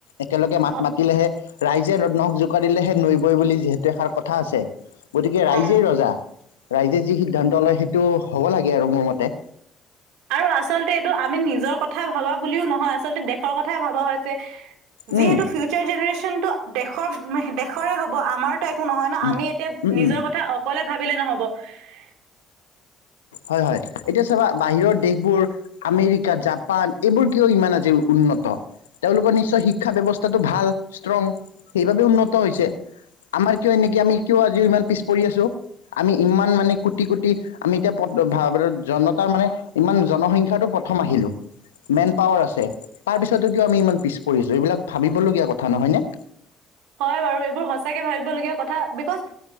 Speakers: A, on the left (about 85°); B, on the right (about 70°).
A: একেলগে মাত
B: হ-
A: মাতিলেহে ৰাইজে নখ জোকাৰিলেহে নৈ বৈ বুলি যিহেতু এষাৰ কথা আছে, গতিকে
B: অ',
A: ৰাইজে ৰজা ৰাইজে যি সিদ্ধান্ত লয় সেইটো হ'ব লাগে আৰু মোৰ মতে।
B: আৰু আচলতে এইটো আমি নিজৰ কথাাই ভবা বুলিও নহয়, আচলতে দেশৰ কথাই ভবা হৈছে। যিহেতু,
A: উম
B: ফিউচাৰ জেনেৰেশচনটো দেশৰ উম, দেশৰে হ'ব আমাৰতো একো নহয় ন'
A: উম
B: আমি এতিয়া
A: উম
B: নিজৰ
A: উম
B: কথা অকলে ভাবিলে নহ'ব। <inaudible>
A: হয়, হয়, এতিয়া চাবা বাহিৰৰ দেশবোৰ আমেৰিকা জাপান এইবোৰ কিয় ইমান আজি উন্নত। তেওঁলোকৰ নিশ্চয় শিক্ষা ব্যৱস্থাটো ভাল ষ্ট্ৰং, সেইবাবেই উন্নত হৈছে। আমাৰ কিয় এনেকে আমি কিয় আজিও ইমান পিছ পৰি আছো? আমি ইমান মানে কোটি কোটি আমি এতিয়া পত ভাব ত জনতাৰ মানে ইমান জনসংখ্যাটো প্ৰথম আহিলোঁ। মেন পাৱাৰ আছে তাৰপিছতো কিয় আমি ইমান পিছ পৰি আছো? এইবিলাক ভাবিবলগীয়া কথা নহয় নে?
B: হয় বাৰু এইবোৰ সঁচাকে ভাবিব লগীয়া কথা বিকজ